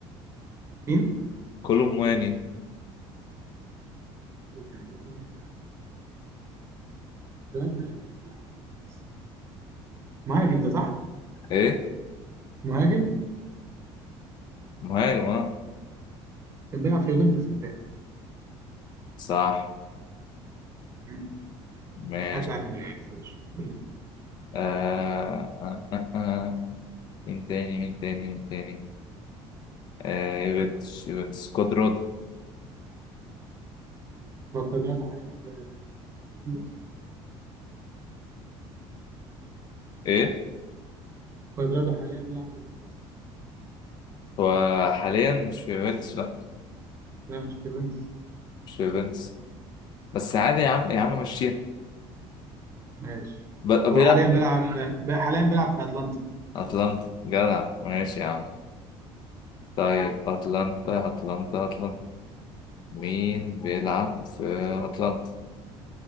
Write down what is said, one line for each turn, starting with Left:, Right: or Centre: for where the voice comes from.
Right: مين؟
Left: كولومواني
Right: إيه كان جبته منين ده؟ الواد ده كان بيلعب في يوفنتوس مهاجم ده صح؟
Left: ايه
Right: مهاجم
Left: مهاجم اه
Right: كان بيلعب في يوفنتوس متهيألي
Left: صح
Right: مم.
Left: ماشي
Right: هتلعب من يوفنتوس قول لي
Left: آه... آه... آه... آه. مين تاني مين تاني مين تاني آه... يوفنتوس يوفنتوس كودرود
Right: هو كوادرادو حاليا في يوفنتوس
Left: ايه
Right: كوادرادو حاليا بيلعب في يوفنتوس
Left: هو حاليا مش في يوفنتوس لا
Right: لا مش في يوفنتوس
Left: مش في يوفنتوس بس عادي يا عم يا عم مشيها
Right: ماشي
Left: ب... بيلعب
Right: هو حاليا بيلعب ب- حاليا بيلعب في اتلانتا
Left: اتلانتا جدع ماشي يا عم طيب اتلانتا اتلانتا اتلانتا مين بيلعب في أتلانتا؟